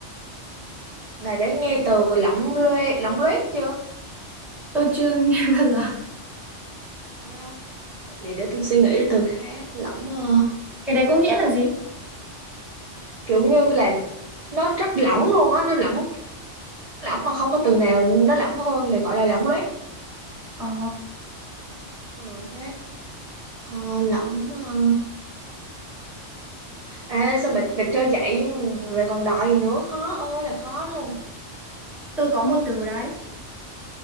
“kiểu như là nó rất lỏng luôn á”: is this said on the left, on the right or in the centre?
Right